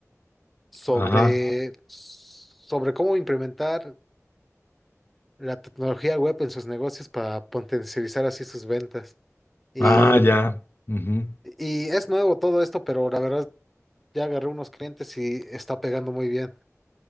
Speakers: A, in the centre; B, on the left (about 45°).
A: sobre,
B: Ajá.
A: sobre cómo implementar la tecnología web en sus negocios para potencializar así sus ventas. Y,
B: Ah, ya. Ujú.
A: y es nuevo todo esto, pero la verdad ya agarré unos clientes y está pegando muy bien.